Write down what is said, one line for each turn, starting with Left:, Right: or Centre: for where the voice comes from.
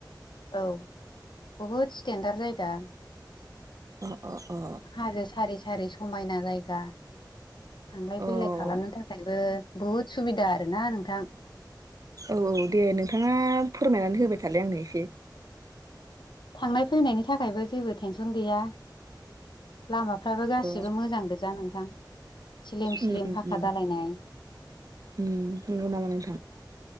Left: औ बुहुद स्टेेनर्डा जायगा ।
Right: अ अ अ
Left: हाजो सारि सारि समायना जायगा । थांलाय
Right: अ औ
Left: फैलाय खालामनो थाखायबो बुहुद सुबिदा आरोना नोंथां।
Right: औ औ दे नोंथाङा फोरमायनानै होबाय थालाय आंनो एसे
Left: थांनाय फैनायनि थाखायबो जेबो टेनसन गैया। लामाफ्राबो गासिबो
Right: अ
Left: मोजां गोजा नोंथां। स्लिम
Right: उम
Left: स्लिम
Right: उम
Left: फाखा
Right: उम
Left: दालायनाय
Right: उम नंगौ नामा नोंथां?